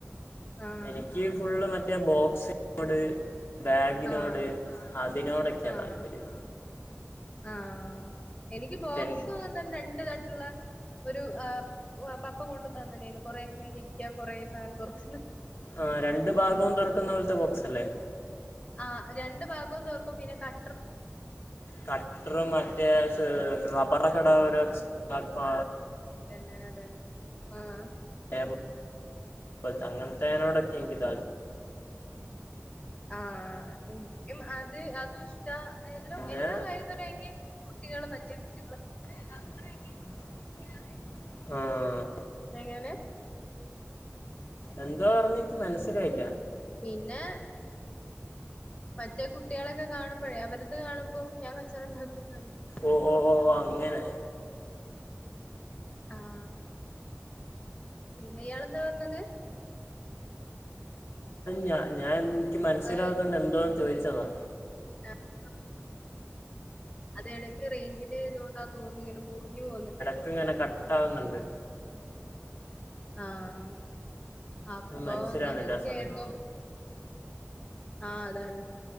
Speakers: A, on the left; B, on the left.
A: ആഹ്
B: എനിക്ക് ഫുള്ള് മറ്റേ ബോക്സിനോട് ബാഗിനോട്
A: ആഹ്
B: അതിനോടൊക്കെയാ
A: ആഹ്
B: താല്പര്യം
A: ആഹ് എനിക്ക് ബോക്സ്
B: പെൻ
A: തന്നെ രണ്ട് തട്ടുള്ള ഒരു ആഹ് ഒ അ പപ്പ കൊണ്ടു തന്നില്ലായിരുന്നോ കൊറെ ഇങ്ങനെ നെക്കിയാ കൊറേ സാധനം തൊറച്ച്ന്
B: ആഹ് രണ്ടു ഭാഗവും തുറക്കുന്ന പോലത്തെ ബോക്സ് അല്ലേ
A: ആഹ് രണ്ട് ഭാഗവും തൊർക്കും പിന്നെ ക
B: കട്ടറും മറ്റേ സേ റബ്ബറൊക്കെയിടാൻ ഒരു അച്ച് <unintelligible> ക്കോ
A: തന്നെ അതന്നെ ആഹ്
B: <unintelligible> അങ്ങൻ ത്തേനോടൊക്കെ എനിക്ക് താൽ
A: ആഹ് എനിക്കും അത് അതും ഇഷ്ട ല്ലും
B: പിന്നെ
A: എല്ലാ കാര്യത്തിലും എനിക്ക് കുട്ടികളും മറ്റെ കുട്ടികളും
B: ആഹ്
A: എങ്ങനെ
B: എന്തോ പറഞ്ഞ് മനസ്സിലായില്ല
A: ഉം പിന്നെ മറ്റേ കുട്ടികളൊക്കെ കാണുമ്പോഴേ അവരത് കാണുമ്പോൾ ഞാൻ കച്ചറ ഉണ്ടാക്കുംന്ന് അറിയാം
B: ഓ ഓ ഓ ഓ അങ്ങനെ
A: ആഹ് പിന്നെ ഇയാൾ എന്താ പറഞ്ഞത്
B: ഞാ ഞാൻ എനിക്ക് മനസ്സിലാകതോണ്ട്
A: അത്
B: എന്തോവാന്ന് ചോദിച്ചതാ
A: ആഹ് അതടക്ക് റേഞ്ചിന്റെ ഇതണ്ട് താ തോന്ന ഇങ്ങനെ മുറിഞ്ഞു പോവുന്നു
B: ഇടക്ക് ഇങ്ങനെ കട്ടകുന്നുണ്ട്
A: ആഹ് അപ്പൊ
B: മനസ്സിലാകുന്നില്ല
A: അങ്ങനെയൊക്കെ
B: ആ സമയം
A: ആയിരുന്നു ആഹ് അതാണ്